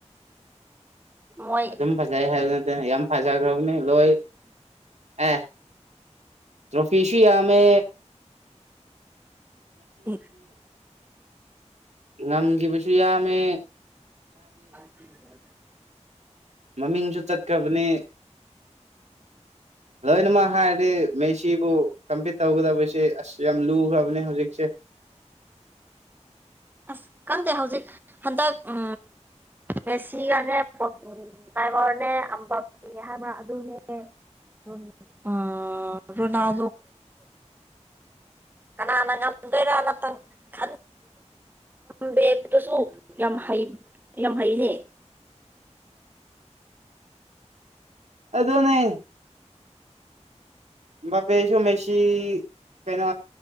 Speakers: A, on the right (about 15°); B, on the right (about 70°).
A: ꯃꯣꯏ
B: ꯑꯗꯨꯝ ꯐꯖꯩ ꯍꯥꯏꯕ ꯅꯠꯇꯅ ꯌꯥꯝ ꯐꯖꯈ꯭ꯔꯕꯅꯤ ꯂꯣꯏ ꯑꯦ ꯇ꯭ꯔꯣꯐꯁꯨꯃꯦ
A: ꯍ
B: ꯉꯝꯒꯤ ꯄꯩꯁꯨ ꯌꯥꯃꯦ
A: ꯑꯦ
B: ꯃꯃꯤꯡꯁꯨ ꯆꯠꯈꯕꯅꯦ ꯂꯣꯏꯅꯃꯛ ꯍꯥꯏꯔꯗꯤ ꯃꯩꯁꯤꯕꯨ ꯀꯝꯄꯤꯠ ꯇꯧꯒꯗꯕꯁꯦ ꯑꯁ ꯌꯥꯝ ꯂꯨꯈ꯭ꯔꯕꯅꯦ ꯍꯧꯖꯤꯛꯁꯦ <inaudible>
A: ꯑꯁ ꯈꯪꯗꯦ ꯍꯧꯖꯤꯛ ꯍꯟꯗꯛ ꯎ ꯃꯦꯁꯤꯒꯅꯦ ꯇꯥꯏꯕꯔꯅꯦ ꯑꯝꯕ ꯍꯥꯏꯕꯥ ꯑꯗꯨꯅꯦ ꯑ꯭ꯔꯣꯅ ꯀꯅꯥꯅ ꯉꯝꯗꯣꯏꯔꯅꯪ ꯈ ꯝꯕꯁꯨ ꯌꯥꯝ ꯍꯩ ꯌꯥꯝ ꯍꯩꯅꯦ
B: vl. ꯑꯗꯣꯅꯦ ꯄꯁꯨ ꯃꯦꯁꯤ ꯀꯩꯅꯣ